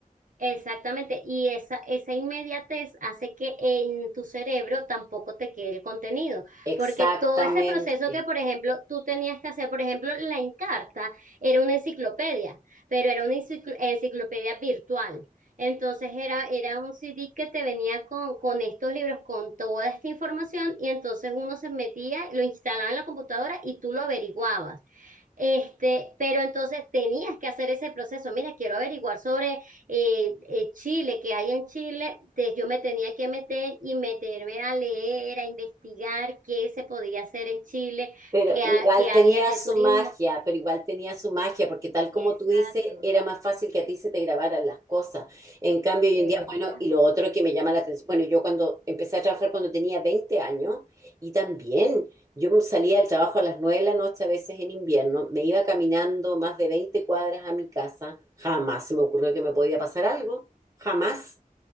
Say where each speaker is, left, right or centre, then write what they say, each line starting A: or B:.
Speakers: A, on the right (about 65°); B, on the right (about 25°).
A: Exactamente, y esa, esa inmediatez hace que en tu cerebro tampoco te quede el contenido,
B: Exactamente.
A: porque todo ese proceso que, por ejemplo, tú tenías que hacer, por ejemplo, la Encarta era una enciclopedia, pero era una encicl- enciclopedia virtual. Entonces era, era un CD que te venía con, con estos libros, con toda esta información, y entonces uno se metía, lo instalaba en la computadora y tú lo averiguabas. Este, pero entonces tenías que hacer ese proceso. Mira, quiero averiguar sobre eh, eh, Chile, qué hay en Chile. Entonces yo me tenía que meter y meterme a leer, a investigar qué se podía hacer en Chile,
B: Pero
A: qué,
B: igual
A: ha- qué había
B: tenía
A: de
B: su
A: turismo.
B: magia, pero igual tenía su magia, porque tal como
A: Exacto,
B: tú dices, era más fácil que a ti se te grabaran las cosas. En cambio, hoy
A: pero
B: en día,
A: ahorita
B: bueno, y
A: no.
B: lo otro que me llama la atención, bueno, yo cuando empecé a trabajar cuando tenía 20 años, y también yo salía del trabajo a las 9 de la noche, a veces en invierno, me iba caminando más de 20 cuadras a mi casa, jamás se me ocurrió que me podía pasar algo, jamás.